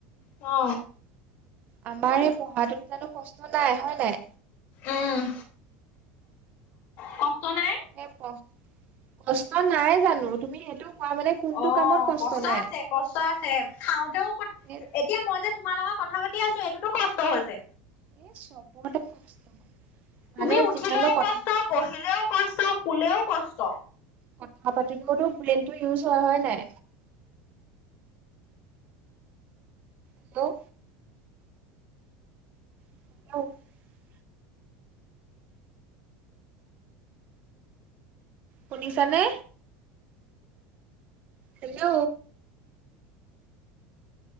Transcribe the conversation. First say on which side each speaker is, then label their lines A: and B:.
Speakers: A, on the left; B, on the right.
A: অ।
B: আমাৰ এই পঢ়াটোত জানো কষ্ট নাই হয় নাই।
A: উম কষ্ট নাই।
B: স ক কষ্ট নাই জানো তুমি সেইটো কোৱা মানে? কোনটো
A: অ
B: কামত
A: কষ্ট
B: নাই
A: আছে। কষ্ট আছে খাওতেও
B: এ
A: এতিয়া মই যে তোমাৰ লগত কথা পাতি আছো এইটোতো কষ্ট হৈছে
B: স চবতে কষ্ট মানে
A: তুমি উঠিলেও
B: যিমানো কথা
A: কষ্ট বহিলেও কষ্ট শুলেও কষ্ট।
B: কথা পাতিব কতো ব্লেডটো ইউজ হয় হয় নাই হেল্ল', <unintelligible> শুনিছানে হেল্ল'?